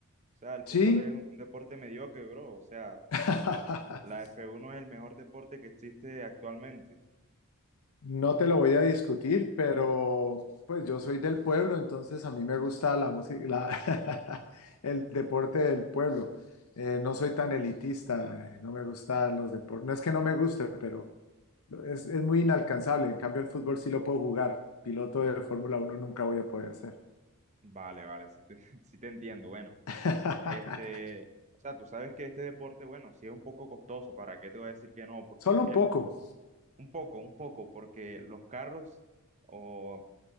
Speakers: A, on the right; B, on the left.
A: O sea, el fútbol
B: Sí.
A: es un deporte mediocre, bro. O sea,
B: <laughs>
A: la F1 es el mejor deporte que existe actualmente.
B: No te lo voy a discutir, pero pues yo soy del pueblo, entonces a mí me gusta la música, la- <laughs> el deporte del pueblo. Eh, no soy tan elitista, eh, no me gustan los deportes. No es que no me guste, pero es, es muy inalcanzable. En cambio, el fútbol sí lo puedo jugar. Piloto de Fórmula uno nunca voy a poder ser.
A: Vale, vale, sí te, <laughs> sí te entiendo. Bueno,
B: <laughs>
A: Este, o sea, tú sabes que este deporte, bueno, sí es un poco costoso, ¿para qué te voy a decir que no? Porque
B: Solo
A: es que
B: un poco.
A: un poco, un poco, porque los carros o